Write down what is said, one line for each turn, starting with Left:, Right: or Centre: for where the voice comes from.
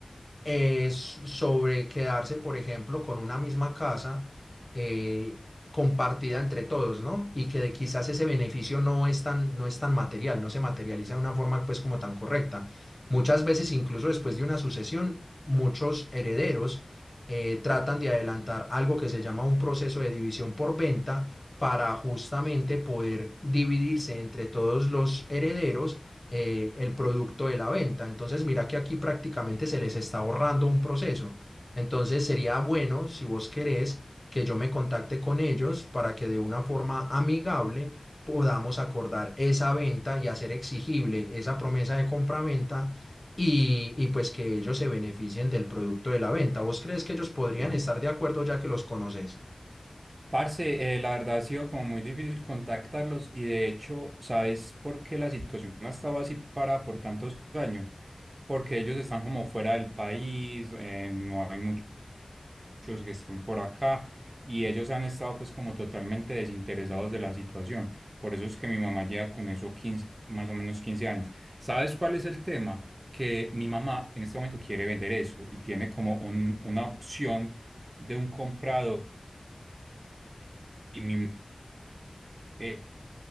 Left: eh, s- sobre quedarse, por ejemplo, con una misma casa eh, compartida entre todos, ¿no? Y que de- quizás ese beneficio no es tan, no es tan material, no se materializa de una forma pues como tan correcta. Muchas veces, incluso después de una sucesión, muchos herederos eh, tratan de adelantar algo que se llama un proceso de división por venta para justamente poder dividirse entre todos los herederos eh, el producto de la venta. Entonces, mira que aquí prácticamente se les está ahorrando un proceso. Entonces, sería bueno, si vos querés, que yo me contacte con ellos para que de una forma amigable podamos acordar esa venta y hacer exigible esa promesa de compraventa y, y pues que ellos se beneficien del producto de la venta. ¿Vos crees que ellos podrían
Right: Sí.
Left: estar de acuerdo ya que los conoces?
Right: Parce, eh, la verdad ha sido como muy difícil contactarlos y de hecho, ¿sabes por qué la situación ha estado así para por tantos años? Porque ellos están como fuera del país, eh, no hay muchos que están por acá y ellos han estado pues como totalmente desinteresados de la situación. Por eso es que mi mamá lleva con eso 15 más o menos 15 años. ¿Sabes cuál es el tema? Que mi mamá en este momento quiere vender eso y tiene como un- una opción de un comprador y mi eh,